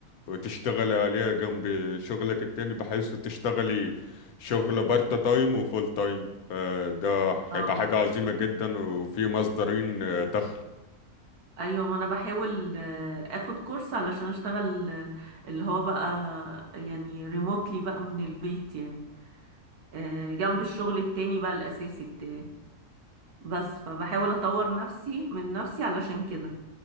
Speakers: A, on the left; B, on the right.
A: وتشتغلي عليها جنب شغلك التاني بحيث تشتغلي شغل بارت تايم وفول تايم فده هيبقى
B: اه
A: حاجة عظيمة جدا وفي مصدرين آه، دخل
B: ايوه ما انا بحاول آه، اخد كورس علشان اشتغل آه، اللي هو بقى يعني ريموتلي بقى من البيت يعني آه، جنب الشغل التاني بقى الاساسي بتاعي بس فبحاول اطور نفسي من نفسي علشان كده